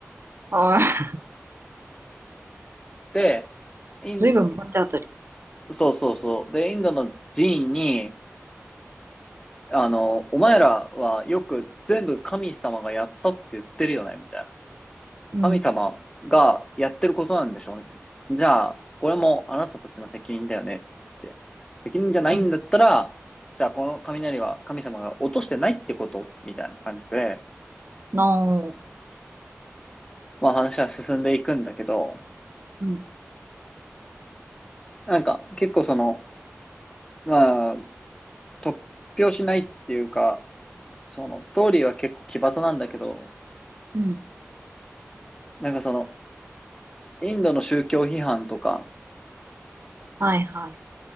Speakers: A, on the right (about 50°); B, on the left (about 15°).
A: はい。
B: で、イン、
A: ずいぶん罰当たり。
B: そうそうそう。で、インドの寺院に、あの、お前らはよく全部神様がやったって言ってるよね、みたいな。
A: うん、
B: 神様がやってることなんでしょみたいな。じゃあ、これもあなたたちの責任だよねって。責任じゃないんだったら、
A: うん、
B: じゃあこの雷は神様が落としてないってことみたいな感じで、
A: なあ。
B: まあ話は進んでいくんだけど、
A: うん、
B: なんか結構その、まあ、突拍子ないっていうか、そのストーリーは結構奇抜なんだけど、
A: うん。
B: なんかその、インドの宗教批判とか、
A: はい、はい。